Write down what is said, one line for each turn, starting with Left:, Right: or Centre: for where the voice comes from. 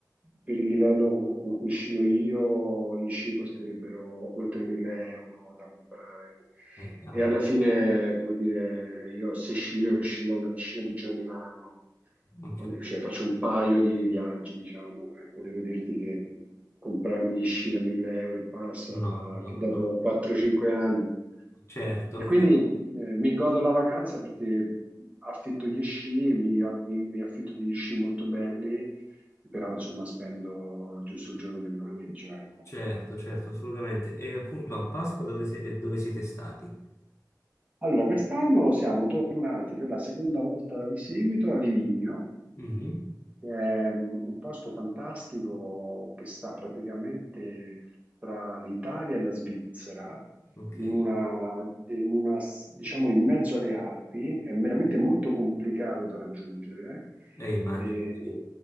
Right: per il livello con con cui scio io, gli sci costerebbero oltre 1000 euro da comprare.
Left: eh, cavolo,
Right: E alla fine, come dire, io se scio, scio una decina di giorni l'anno
Left: ho capito.
Right: on- cioè, faccio un paio di viaggi, diciamo, ecco, devo dirti che comprarmi Ishi da 1000 euro e passa,
Left: No, no,
Right: che dopo
Left: no,
Right: 4-5 anni.
Left: certo.
Right: E quindi eh, mi godo la vacanza perché affitto gli sci, mi, mi- mi affitto degli sci molto belli, però insomma spendo giusto il giorno del noleggio, ecco.
Left: Certo, certo, assolutamente. E appunto a Pasqua dove, se- eh, dove siete stati?
Right: Allora, quest'anno siamo tornati per la seconda volta di seguito a Livigno
Left: Mhm,
Right: È mm, un posto fantastico che sta praticamente tra l'Italia e la Svizzera,
Left: Ok,
Right: in
Left: eh,
Right: una, in una, s- diciamo in mezzo alle Alpi, è veramente molto complicato da raggiungere
Left: immagino,
Right: eh,
Left: sì.